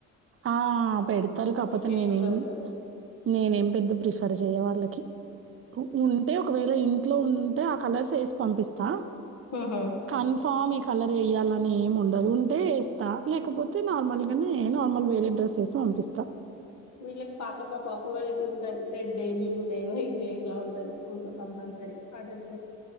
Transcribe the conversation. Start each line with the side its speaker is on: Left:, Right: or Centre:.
Right: ఆహ్ పెడతారు కాకపోతే
Left: మంచిగా
Right: నేనేం
Left: యూజ్ అవుతది
Right: నేనేం పెద్ద ప్రిఫర్ చేయ వాళ్ళకి కి ఉ ఉంటే ఒకవేళ ఇన్ ఇంట్లో ఉంటే ఆ కలర్స్ ఏసి పంపిస్తా
Left: ఆహా
Right: కన్ఫామ్ ఇక్ కలర్ ఏయాలని ఏం ఉండదు ఉంటే ఏస్తా లేకపోతే నార్మల్గానే ఏ నార్మల్ వేరే డ్రెస్ ఏసి పంపిస్తా
Left: వీళ్ళక్ పాపమ్ మా పాప వాళ్ళకి ఉంటాయి రెడ్డే బ్లూడే వైట్ డేట్లా ఉంటది స్కూల్లో కంపల్సరీ ఆ డ్రస్